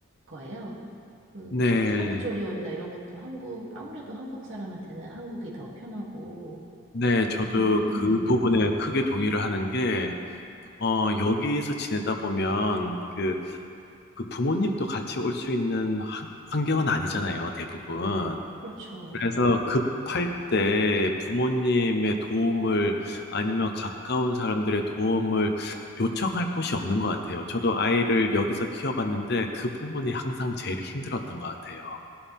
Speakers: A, on the right (about 65°); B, on the left (about 50°).
A: 거예요. 그,
B: 네,
A: 뭐, 산후조리원이나 이런 것도 한국, 아무래도 한국 사람한테는 한국이 더 편하고,
B: 네, 저도
A: 그리고, 네,
B: 그 부분에 크게 동의를 하는 게 어, 여기서 지내다 보면 그 그 부모님도 같이 올 수 있는 환- 환경은 아니잖아요, 대부분.
A: 그렇죠.
B: 그래서 급할 때 부모님의 도움을 아니면 가까운 사람들의 도움을 요청할 곳이 없는 것 같아요. 저도 아이를 여기서 키워봤는데 그 부분이 항상 제일 힘들었던 것 같아요.